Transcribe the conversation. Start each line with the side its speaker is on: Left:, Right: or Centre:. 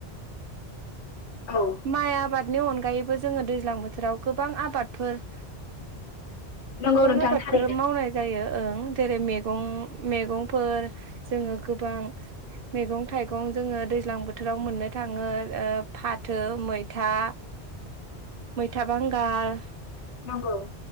Left: औ
Right: माइ आबादनि अनगायैबो जोङो दैज्लां बोथोराव गोबां आबादफोर
Left: नंगौ
Right: गोबां
Left: नोंथां
Right: आबादफोर
Left: थारैनो
Right: मावनाय जायो ओं जेरै मैगं मैगंफोर जोङो गोबां मैगं थाइगं जोङो दैज्लां बोथोराव मोननो थाङो फाथ फाथो मैथा मैथा बांगाल
Left: नंगौ